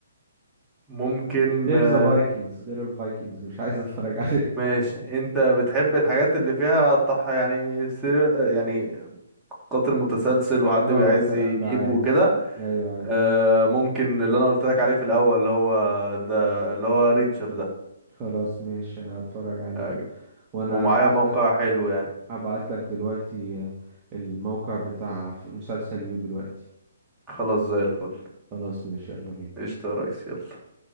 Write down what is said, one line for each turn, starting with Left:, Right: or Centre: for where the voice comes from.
Centre: ممكن
Right: غير
Centre: آه،
Right: ذا فايكنجز غير الفايكنجز مش عايز اتفرج عليه <laughs>
Centre: ماشي انت بتحب الحاجات اللي فيها طح يعني سير يعني قاتل متسلسل وحد
Right: اه
Centre: بيبقى
Right: والكلام
Centre: عايز يجيبه
Right: ده عادي
Centre: وكده
Right: ايوه عادي
Centre: آه، ممكن اللي انا قلت لك عليه في الاول اللي هو ذا اللي هو ريتشر ده
Right: خلاص ماشي هتفرج عليه
Centre: آه،
Right: اهو. وانا
Centre: ومعايا
Right: ابعت
Centre: موقع
Right: لك
Centre: حلو يعني
Right: ابعت لك دلوقتي الموقع بتاع مسلسل يو دلوقتي
Centre: خلاص زي الفل
Right: خلاص ماشي يلا بينا
Centre: قشطة يا ريس يلا